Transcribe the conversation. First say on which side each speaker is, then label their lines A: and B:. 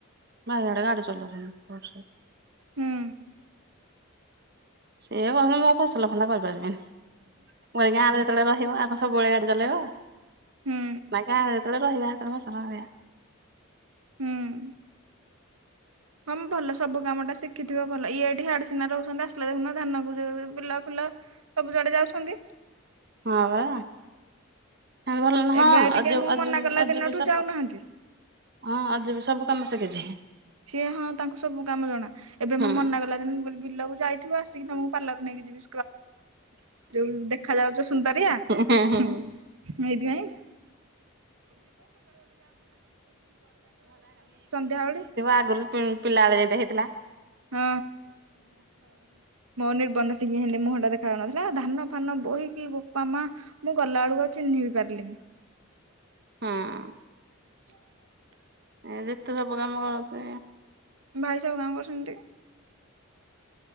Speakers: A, on the right; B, on the right.
A: ଭାଇଆଡେ ଗାଡି ଚଲଉଛନ୍ତି
B: ହୁଁ
A: ସେିଏ କଛନ୍ତି ମୁୋ ଫସଲ ଫନ୍ଦା କରିପାରିବିନି ମୁଁ ଗାଁରେ ସେତେବେଳେ ରହିବ ଆଙ୍କଣ ସବୁବେଳେଆ ଗାଡି ଚଲେଇବ
B: ହୁଁ
A: ନାଇ କ ଯେତେବେଳେ ରହିବା ସେତେବେଳେ ମୋ ସାଙ୍ଗ ରହିବା
B: ହୁଁ ହଁ ଭଲ ସବୁ କାମ ଟା ଶିଖିଥିବ ଭଲ ଇଏ ଏଇଠି ହାଡ ସିନା ରହୁଛନ୍ତି ଆସିଲେ ଦେଖୁନ ଧାନକୁ ଯ ବିଲା ଫିଲ ସବୁ ଜଡେ ଯାଉଛନ୍ତି
A: ହଁ ବାତି ଭଲ ହଁ
B: ଏବେ ଟିକେ ମୁଁ
A: ଆ
B: ମନା କଲା
A: ଆଜ
B: ଦିନଠୁ
A: ବି ସବୁ
B: ଯାଉନାହାନ୍ତି
A: ହଁ ଆଉ ଯିବ ସବୁ କାମ ଶଖିଛି
B: ସିଏ ହଁ ତାଙ୍କୁ ସବୁ କାମ ଜଣା ଏବେ
A: ହୁଁ
B: ମୁଁ ମନା କଲା ଦିନ ବିଲକୁ ଯାଇ ଥିବା ଆସିକିମକୁ ପାର୍ଲ ନେଇି ଯିବି ଯଉ ଦେଖା ଯାଉଚ ସୁନ୍ଦରିଆ।
A: ହୁଁ ହୁଁ ହୁଁ
B: <inaudible> ଯାକ ସନ୍ଧ୍ୟା--ଳେ।
A: ଆଗୁରୁ ପିଲା ଳେ ଯେ ହେଇଥିଲା।
B: <inaudible> ମୋ ନିର୍ବନ୍ଧ ଠିକି ହିନ୍ତି ମୁଁହଁଟା ଦେଖା--ନଥିଲା, ଧାନ ଫାନ ବୋହିକି ବାପା ମାଆ। ମୁଁ ଗଲା କୁ ଆଉ ଚିହ୍ନି ବି ପାର୍ଲିନି।
A: <inaudible>
B: <inaudible>
A: <inaudible>
B: ଭାଇ ସବୁ କାମ କରୁ